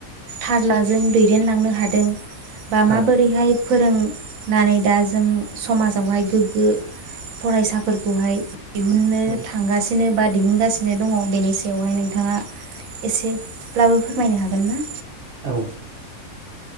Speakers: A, on the right; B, on the right.
A: थारलाजों दैदेनलांनो हाद दों बा
B: हो
A: माबोरैहाय फोरोंनानै दा जों समाजावहाय गोग्गो फरायसाफोरखौहाय दिहुननो
B: औ
A: थांगासिनो बा दिहुनगासिनो दङ बेनिसै बेवहाय नोंथाङा एसेब्लाबो फोरमायनो हागोन हागोनना
B: औ